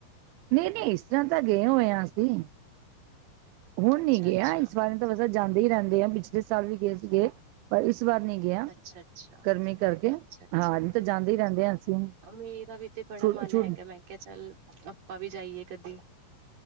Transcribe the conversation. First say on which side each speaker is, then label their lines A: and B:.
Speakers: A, on the right; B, on the right.
A: ਨਹੀਂ-ਨਹੀਂ, ਇਸ ਤਰ੍ਹਾਂ ਤਾਂ ਗਏ ਹੋਏ ਹਾਂ ਅਸੀਂ। ਹੁਣ
B: ਅੱਛਾ
A: ਨੀ ਗਏ
B: ਅੱਛਾ
A: ਆ ਇਸ ਬਾਰੇ ਤਾਂ ਵਸੇ ਜਾਂਦੇ ਹੀ ਰਹਿੰਦੇ ਆ, ਪਿਛਲੇ ਸਾਲ ਵੀ ਗਏ ਸੀਗੇ ਪਰ ਇਸ ਵਾਰ ਨੀ ਗਏ ਆ
B: ਅੱਛਾ ਅੱਛਾ
A: ਗਰਮੀ ਕਰਕੇ,
B: ਅੱਛਾ ਅੱਛਾ
A: ਹਾਂ ਨਹੀਂ ਤਾਂ ਜਾਂਦੇ ਹੀ ਰਹਿੰਦੇ ਹਾਂ ਅਸੀਂ।
B: ਮੇਰਾ ਵੀ ਤੇ ਬੜਾ
A: ਛੁ
B: ਮਨ
A: ਛੁ
B: ਹੈਗਾ ਮੈਂ ਕਿਹਾ ਚੱਲ ਆਪਾਂ ਵੀ ਜਾਈਏ ਕਦੀ।